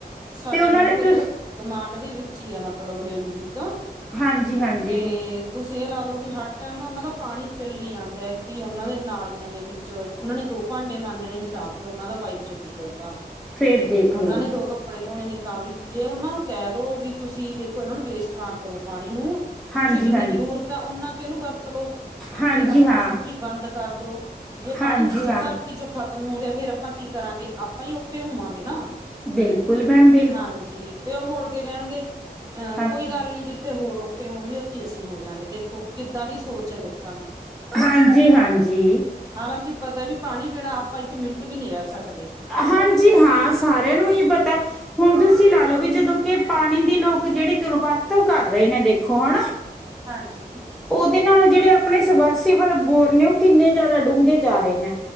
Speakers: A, on the right; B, in the centre.
A: ਸਾਡੇ
B: ਤੇ ਉਹਨਾਂ
A: ਮੈਡਮ
B: ਨੇ
A: ਇੱਧਰ
B: ਤੁਸੀਂ
A: ਗੁਆਂਢ ਦੇ ਵਿੱਚ ਈ ਆ ਮਤਲਬ ਲੇਡੀਜ਼ ਇੱਕ
B: ਹਾਂਜੀ ਹਾਂਜੀ
A: 'ਤੇ ਤੁਸੀਂ ਏ ਲਾ ਲੋੋ ਵੀ ਹਰ ਟਾਈਮ ਨਾ ਉਨਾਂ ਦਾ ਪਾਣੀ ਚੱਲੀ ਜਾਂਦਾ ਐ ਕਿ ਉਨਾਂ ਦੇ ਨਾਲੀਆਂ ਦੇ ਵਿੱ ਚ ਉਨਾਂ ਨੇ ਦੋ ਭਾਂਡੇ ਮਾਂਜਣੇ ਨੇ ਤਾਂ ਵੀ ਉਨਾਂ ਦਾ ਪਾਈਪ ਚੱਲੀ ਜਾਊਗਾ।
B: ਫੇਰ ਦੇਖ ਲਓ
A: ਉਨਾਂ ਨੇ ਦੋ ਕੱ ਪੜੇ ਧੋਣੇ ਨੇ ਤਾਂ ਵੀ ਜੇ ਉਨਾਂ ਨੂੰ ਕੈ ਦੋ ਵੀ ਤੁਸੀਂ ਦੇਖੋ ਏਨਾਂ ਨੂੰ ਵੇਸਟ ਨਾ ਕਰੋ ਪਾਣੀ ਨੂੰ
B: ਹਾਂਜੀ
A: ਤੁਸੀਂ ਜਿੰਨੀ
B: ਹਾਂਜੀ
A: ਜ਼ਰੂਰਤ ਐ ਉਨਾਂ ਕ ਏਨੂੰ ਵਰਤ ਲੋ।
B: ਹਾਂਜੀ
A: ਤੇ ਆਪਨਾ
B: ਹਾਂ
A: ਟੂਟੀ ਬੰਦ ਕਰਦੋ, ਜੇ
B: ਹਾਂਜੀ
A: ਪਾਨੀ ਨੀਚੋਂ
B: ਹਾਂ
A: ਧਰ ਧਰਤੀ ਚੋਂ ਖ਼ਤਮ ਹੋ ਗੇਆ ਫੇਰ ਆਪਾਂ ਕੀ ਕਰਾਂਗੇ, ਆਪਾਂ ਈ ਔਖੇ ਹੋਵਾਂਗੇ ਨਾ।
B: ਬਿਲ ਕੁਲ ਮੈਮ ਵੀ
A: ਹਾਂਜੀ, ਤੇ ਓ ਮੋੜ ਕੇ ਕੈਨਗੇ, ਅਹ
B: ਹਾਂਜੀ
A: ਕੋਈ ਗੱਲ ਨੀ ਜਿੱਥੇ ਹੋਰ ਔ ਔਖੇ ਹੋਨਗੇ ਓਥੇ ਅਸੀਂ ਹੋ ਜਾਂਗੇ ਦੇਖੋ ਕਿੱਦਾਂ ਦੀ ਸੋਚ ਐ ਲੋਕਾਂ ਦੀ।
B: ਹਾਂਜੀ-ਹਾਂਜੀ।
A: ਹਾਲਾਂਕਿ ਪਤਾ ਵੀ ਪਾਣੀ ਬਿਨਾਂ ਆਪਾਂ ਇੱਕ ਮਿੰਟ ਵੀ ਨਹੀਂ ਰਹਿ ਸਕਦੇ
B: ਹਾਂਜੀ ਹਾਂ, ਸਾਰੇਆਂ ਨੂੰ ਈ ਪਤਾ। ਹੁਨ ਤੁਸੀਂ ਲਾ ਲੋ ਵੀ ਜਦੋਂ ਕੇ ਪਾਨੀ ਦੀ ਲੋਕ ਜੇੜੀ ਦੁਰਵਰਤੋਂ ਕਰ ਰਏ ਨੇ ਦੇਖੋ ਹਨਾ
A: ਹਾਂਜੀ।
B: ਓਦੇ ਨਾਲ ਓ ਜੇੜੇ ਆਪਨੇ ਸਬਰਸੀਬਲ ਬੋਰ ਨੇ ਓ ਕਿੰਨੇ ਜਾਦਾ ਡੂੰਘੇ ਜਾ ਰਏ ਨੇ।